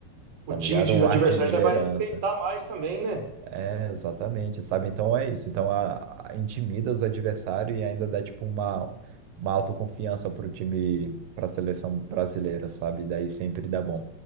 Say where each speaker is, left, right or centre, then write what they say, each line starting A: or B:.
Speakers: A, on the right; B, on the right.
A: O
B: tá
A: time
B: ligado?
A: de
B: Um
A: adversário
B: ar de liderança.
A: já vai respeitar mais também, né?
B: É, exatamente, sabe? Então é isso. Então a, a- intimida os adversários e ainda dá tipo uma, uma autoconfiança pro time, pra seleção brasileira, sabe? Daí sempre dá bom.